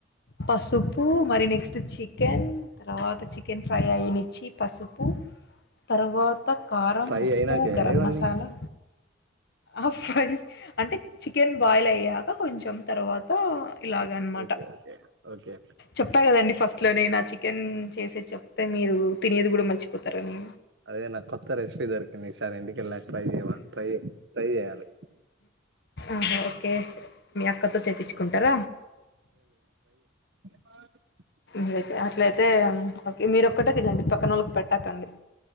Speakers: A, on the left (about 60°); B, on the right (about 65°).
A: పసుపు మరి నెక్స్ట్ చికెన్ తర్వాత చికెన్ ఫ్రై అయినిచ్చి పసుపు తర్వాత కారం
B: ఫ్రై
A: ఉప్పు
B: అయినాకేయాల
A: గరం
B: ఇవన్నీ
A: మసాలా ఆ ఫ్రై అంటే చికెన్ బాయిల్ అయ్యాక కొంచెం తర్వాత ఇలాగ అనమాట
B: ఓకే ఓకే ఓకే
A: చెప్పా కదండి ఫస్ట్ లో నేను ఆ చికెన్ చేసే చెప్తే మీరు తినేది కూడా మర్చిపోతారని
B: అదే నా కొత్త రెసిపీ దొరికింది ఈ సారి ఇంటికిళ్లా ట్రై చేయవా ట్రై ట్రై చెయాలి
A: ఆహా ఓకే మీ అక్కతో చెప్పించుకుంటార
B: బాదం
A: మీరతే అట్లయితే ఓకే మీరొక్కటే తినండి పక్కనోళ్లకి పెట్టకండి